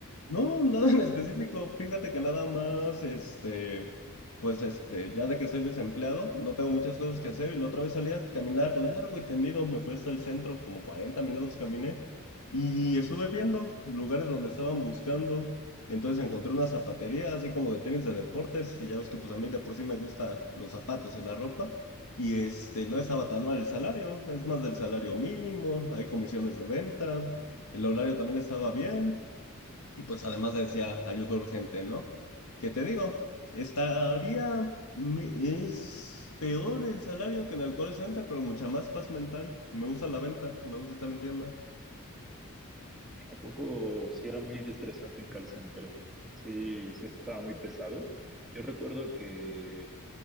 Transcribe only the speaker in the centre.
¿A poco sí era muy estresante en call center? Sí, sí estaba muy pesado. Yo recuerdo que,